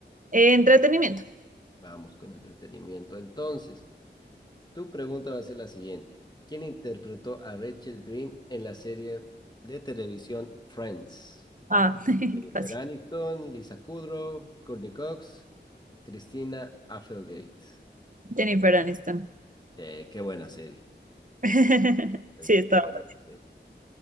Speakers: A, on the right (about 45°); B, on the left (about 20°).
A: Eh, entretenimiento.
B: Vamos con entretenimiento. Entonces, Tu pregunta va a ser la siguiente. ¿Quién interpretó a Rachel Green en la serie de televisión Friends?
A: Ah, <laughs>
B: Jennifer
A: fácil.
B: Aniston, Lisa Kudrow, Courtney Cox, Christina Applegate.
A: Jennifer Aniston.
B: Sí, qué buena serie.
A: <laughs>
B: Es
A: Sí,
B: decir,
A: estaba.
B: qué buena
A: fácil.
B: serie.